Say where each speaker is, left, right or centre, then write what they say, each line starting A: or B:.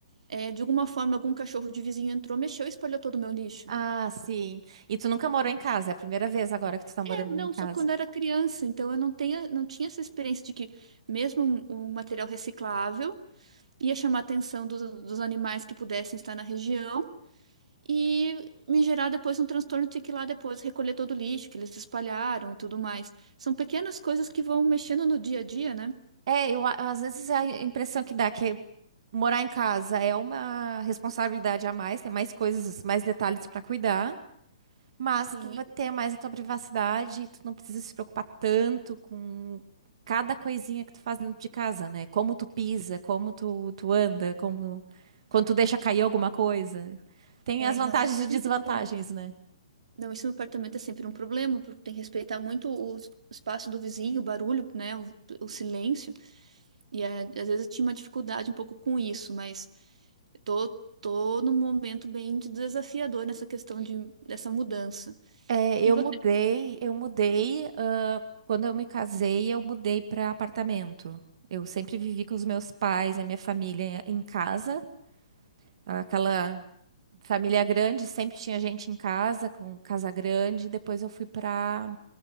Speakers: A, on the right (about 75°); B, on the right (about 55°).
A: É, de alguma forma, algum cachorro de vizinho entrou, mexeu e espalhou todo o meu lixo.
B: Ah, sim. E tu nunca morou em casa, é a primeira vez agora que tu tá
A: É,
B: morando
A: não,
B: em casa.
A: só quando era criança, então eu não tenho, não tinha essa experiência de que mesmo um, um material reciclável ia chamar a atenção dos, dos animais que pudessem estar na região. e me gerar depois um transtorno de ter que ir lá depois recolher todo o lixo que eles espalharam e tudo mais. São pequenas coisas que vão mexendo no dia a dia, né?
B: É, eu, a- às vezes a impressão que dá é que morar em casa é uma responsabilidade a mais, tem mais coisas, mais detalhes pra cuidar. Mas
A: Sim,
B: tu vai ter mais a tua privacidade, tu não precisa se preocupar tanto com cada coisinha que tu faz dentro de casa, né? Como tu pisa, como tu, tu anda, como quando tu deixa cair alguma coisa. Tem
A: é,
B: as vantagens
A: não, isso
B: e
A: era
B: desvantagens,
A: um problema.
B: né?
A: Não, isso no apartamento é sempre um problema, porque tem que respeitar muito o s- o espaço do vizinho, o barulho, né, o, o silêncio. E é, às vezes eu tinha uma dificuldade um pouco com isso, mas tô, tô num momento bem de- desafiador nessa questão de, dessa mudança.
B: É, eu
A: E você,
B: mudei, eu mudei, ah, quando eu me casei, eu mudei para apartamento. Eu sempre vivi com os meus pais, a minha família em casa, aquela família grande, sempre tinha gente em casa, com casa grande. Depois eu fui para